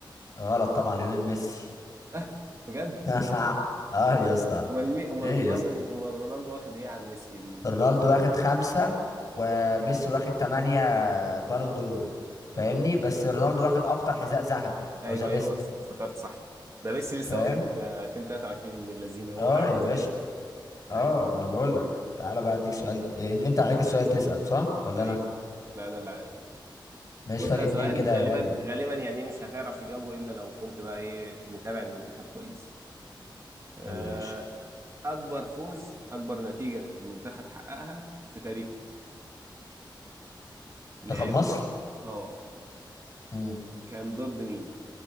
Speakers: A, on the left; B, on the right.
A: غلط طبعا ليونيل ميسي
B: اه بجد
A: <laughs> اه يا اسطى
B: امال مين امال
A: ايه
B: رونالدو
A: يا اسطى
B: امال رونالدو واخد ايه عن ميسي ال...
A: رونالدو واخد خمسة وميسي واخد تمانية بالون دور فاهمني
B: اه
A: بس رونالدو واخد اكتر حذاء ذهبي
B: ايوه
A: او ذا بيست
B: ايوه بس افتكرت صح ده ميسي
A: فاهم
B: لسه واخد آه، 2023 من اللذينه وهو
A: اه
B: عايز
A: يا باشا
B: كده
A: اه
B: ايوه
A: ما انا بقول لك تعالى
B: آه.
A: بقى اديك سؤال إيه، انت انت عليك السؤال تسأل صح ولا
B: ايوه
A: انا
B: لا انا اللي عليا
A: ماشي
B: بص
A: فرق
B: ده
A: اتنين
B: سؤال
A: كده
B: غالبا
A: يا غالي
B: غالبا يعني مش هتعرف تجاوبه الا لو كنت بقى ايه متابع المنتخب كويس آه،
A: قول يا باشا
B: اكبر فوز اكبر نتيجة المنتخب حققها في تاريخه لعب
A: منتخب مصر
B: اه
A: امم
B: كان ضد مين